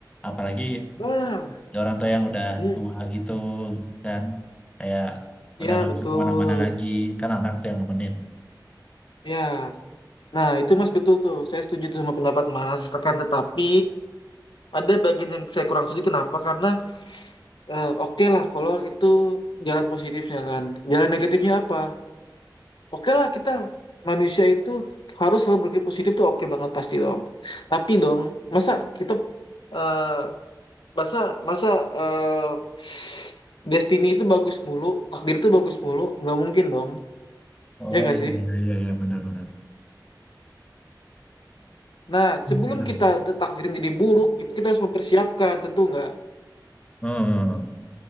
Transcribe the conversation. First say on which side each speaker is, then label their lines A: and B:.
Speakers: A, on the left (about 15°); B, on the left (about 85°).
A: Apalagi
B: Nah,
A: orang tua yang udah
B: Hmm,
A: tua gitu kan, kayak
B: ya
A: udah nggak
B: betul.
A: bisa kemana-mana lagi, kan anak tuh yang nemenin.
B: Ya, nah itu Mas betul tuh. Saya setuju tuh sama pendapat Mas. Akan tetapi ada bagian yang saya kurang setuju. Kenapa? Karena eh, oke lah kalau itu jalan positifnya kan. Jalan negatifnya apa? Oke lah kita manusia itu harus selalu berpikir positif tuh oke banget pasti dong. Tapi dong, masa kita eh, masa masa eh, <sighs> destiny itu bagus mulu, takdir itu bagus mulu, nggak mungkin dong.
A: Oh
B: Ya nggak
A: iya
B: sih?
A: iya iya iya, benar-benar
B: Nah,
A: <clears throat>
B: sebelum
A: benar-benar.
B: kita takdirin jadi buruk, itu kita harus mempersiapkan, tentu nggak.
A: Hmm,